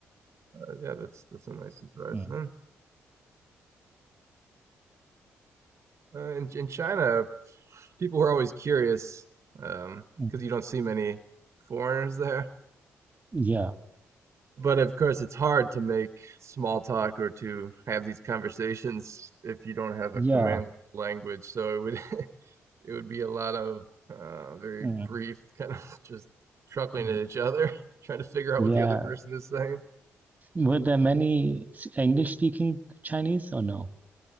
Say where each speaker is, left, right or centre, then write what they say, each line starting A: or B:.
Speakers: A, on the right (about 50°); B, on the right (about 25°).
A: Uh, yeah, that's that's a nice surprise
B: Mm,
A: then. Uh, in in China, people were always curious because um,
B: mm.
A: 'cause you don't see many foreigners there.
B: Yeah,
A: But of course, it's hard to make small talk or to have these conversations if you don't have a
B: yeah,
A: command of the language. So it would <laughs> it would be a lot of uh, very
B: mm,
A: brief <laughs> kind of just chuckling
B: mm.
A: at each other, <laughs> trying to figure out
B: yeah.
A: what the other person is saying.
B: Were there many English speaking Chinese or no?